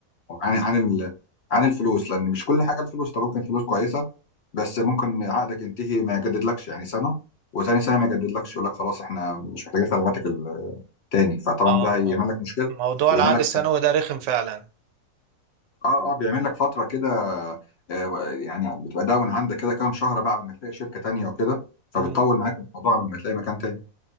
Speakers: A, on the left; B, on the right.
A: عن عن ال- عن الفلوس لان مش كل حاجه الفلوس طب ممكن فلوس كويسه بس ممكن عقدك ينتهي ما يجددلكش يعني سنه وثاني سنه ما يجددلكش يقول لك خلاص احنا مش محتاجين خدماتك التاني فطبعا
B: اه
A: ده هيعمل
B: اه
A: لك مشكله
B: موضوع
A: ويعمل
B: العقد
A: لك
B: السنوي ده رخم فعلا
A: اه اه بيعمل لك فتره كده آه، يعني بتبقى داون عندك كده كام شهر بقى لما تلاقي شركه تانية وكده فبتطول
B: مم.
A: معاك الموضوع لما تلاقي مكان تاني